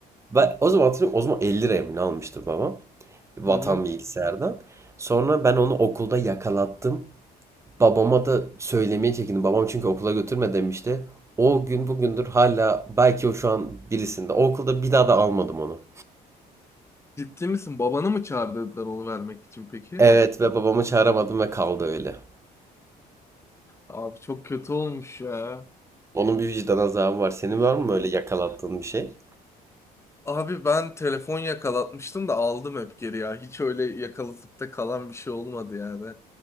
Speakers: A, on the right (about 15°); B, on the left (about 15°).
A: Ben o zaman hatırlıyorum. O zaman 50 liraya mı ne almıştı babam? Vatan
B: Hı hı.
A: bilgisayardan. Sonra ben onu okulda yakalattım. Babama da söylemeye çekindim. Babam çünkü okula götürme demişti. O gün bugündür hala belki o şu an birisinde. O okulda bir daha da almadım onu.
B: Ciddi misin? Babanı mı çağırdılar onu vermek için peki?
A: Evet ve babamı çağıramadım ve kaldı öyle.
B: Abi çok kötü olmuş ya.
A: Onun bir vicdan azabı var. Senin
B: Hı.
A: var mı öyle yakalattığın bir şey?
B: Abi ben telefon yakalatmıştım da aldım hep geri ya. Hiç öyle yakalatıp da kalan bir şey olmadı yani.